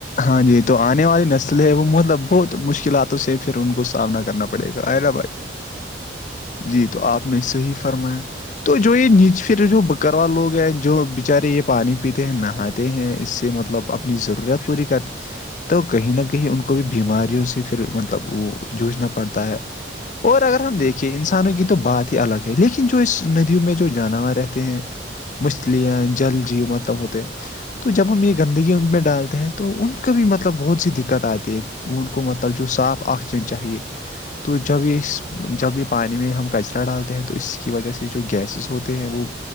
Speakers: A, on the left; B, on the left.
A: ہاں جی تو آنے والی نسل ہے وہ مطلب بہت مشکلاتوں سے پھر ان کو سامنا کرنا پ پڑے گا حرآبائی
B: بالکل بالکل
A: جی تو آپ نے صحیح فرمایا تو جو یہ نیچ پھر جو بکروا لوگ ہیں جو بیچارے یہ پانی پیتے ہیں نہاتے ہیں اس سے مطلب اپنی
B: بالکل
A: ضرورت
B: بالکل
A: پوری کرے تو کہیں نہ کہیں ان کو بھی بیماریوں سے پھر مطلب وہ جووجھنا پڑتا ہے اور اگر ہم دیکھے
B: بال
A: انسانوں کی تو بات ہی الگ ہے لیکن جو اس ندیوں میں جو جانور رہتے ہیں مچھلیاں جل جی متب ہوتے تو
B: بالکل
A: جب ہم
B: بالکل
A: یہ گندگی ان میں ڈالتے ہیں تو ان کو بھی مطلب بہت سی دقت آتی ہے ان کو مطلب جو صاف آکسیجن چاہیے تو جبس
B: بالکل
A: جب بھی پانی میں ہم کچرا ڈالتے ہیں تو اس کی وجہ سے جو گیسز ہوتے ہیں وہ